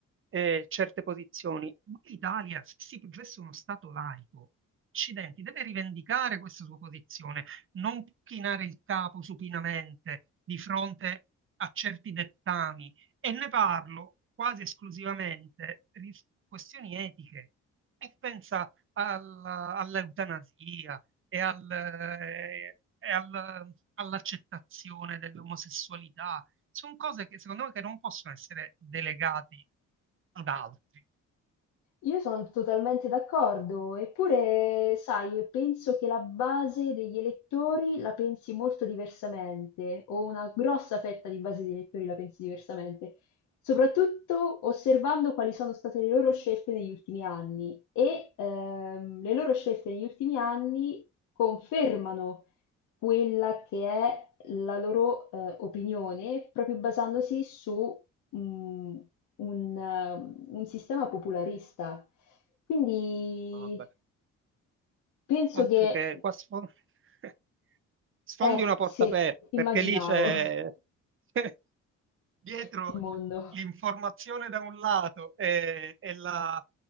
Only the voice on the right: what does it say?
eh, certe posizioni, ma l'Italia, se si professa uno Stato laico, accidenti, deve rivendicare questa sua posizione, non può chinare il capo supinamente di fronte a certi dettami, e ne parlo quasi esclusivamente di questioni etiche. E pensa alla- all'eutanasia e al- eh, e al- all'accettazione dell'omosessualità. Sono cose che secondo me che non possono essere delegate ad altri.
Vabbè,
altro
che qua sfo- <laughs> sfondi
una porta
aperta,
perché lì c'è <laughs>
dietro
l'informazione da un lato e, e la,